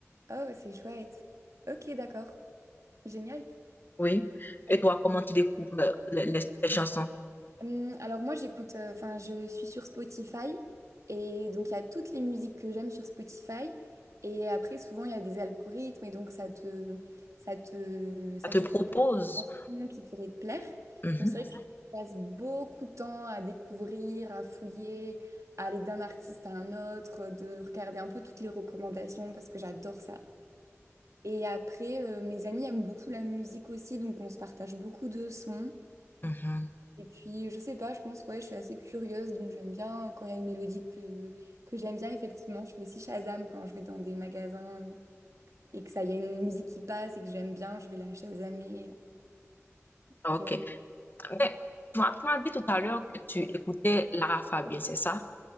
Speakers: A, on the right (about 85°); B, on the left (about 40°).
A: Oh, c'est chouette. Ok, d'accord. Génial.
B: Oui. Et
A: Ouais.
B: toi, comment tu découvres euh, les, les- les chansons?
A: Hum, alors moi j'écoute, enfin je suis sur Spotify et donc il y a toutes les musiques que j'aime sur Spotify et après souvent il y a des algorithmes et donc ça te, ça te, ça
B: Ça te
A: te
B: propose?
A: propose des chansons qui pourraient te plaire.
B: Mhm,
A: Donc c'est vrai que je passe beaucoup de temps à découvrir, à fouiller, à aller d'un artiste à un autre, de regarder un peu toutes les recommandations parce que j'adore ça. Et après euh, mes amis aiment beaucoup la musique aussi donc on se partage beaucoup de sons.
B: mhm.
A: Et puis, je sais pas, je pense, ouais, je suis assez curieuse, donc j'aime bien euh, quand il y a une mélodie que, que j'aime bien, effectivement. Je fais aussi Shazam quand je vais dans des magasins euh, et que ça, il y a une musique qui passe et que j'aime bien, je vais la Shazamer. C'est
B: Ok.
A: vrai. que-
B: Mais tu m'as tu m'as dit tout à l'heure que tu écoutais Lara Fabian, c'est ça?